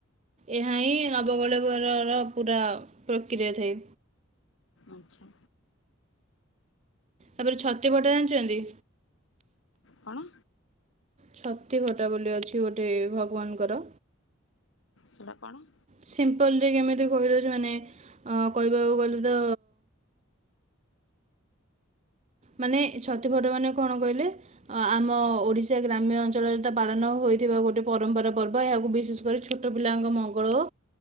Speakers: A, on the right; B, on the left.
A: ଏହା ହିଁ ନବକଳେବରର ପୁରା ପ୍ରକ୍ରିୟା ଥାଏ।
B: ଆଚ୍ଛା।
A: ତାପରେ ଛତୀ ଭଟ ଜାଣିଚନ୍ତି?
B: କଣ?
A: ଛତି ଭଟା ବୋଲି ଅଛି ଗୋଟେ ଭଗବାନଙ୍କର।
B: ସେଟା କଣ?
A: ସିମ୍ପଲରେ କେମିତି କହିଦଉଚି ମାନେ ଅଁ କହିବାକୁ ଗଲେ ତ ମାନେ ଛତିଭଟ ମାନେ କଣ କହିଲେ? ଅ-ଆମ ଓଡିଶା ଗ୍ରାମ୍ୟ ଅଞ୍ଚଳରେ ଏଟା ପାଳନ ହୋଇଥିବା ଗୋଟେ ପରମ୍ପରା ପର୍ବ। ଏହାକୁ ବିଶେଷ କରି ଛୁ ଛୋଟ ପିଲାଙ୍କ ମଙ୍ଗଳ ଓ